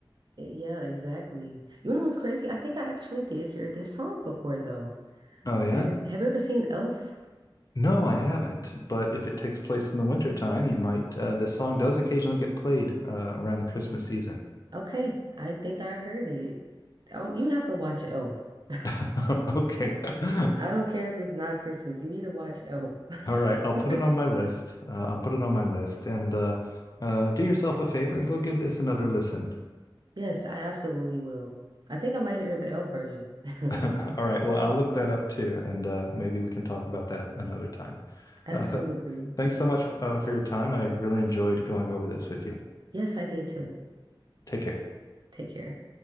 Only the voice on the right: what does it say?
Eh, Yeah, exactly. You know what's crazy? I think I actually did hear this song before, though.
Have, have you ever seen Elf?
Okay, I think I heard it. Oh, you have to watch Elf. <laughs>
I don't care if it's not Christmas. You need to watch Elf.
<laughs>
Yes, I absolutely will. I think I might hear the elf version.
<laughs>
Absolutely.
Yes, I did too.
Take care.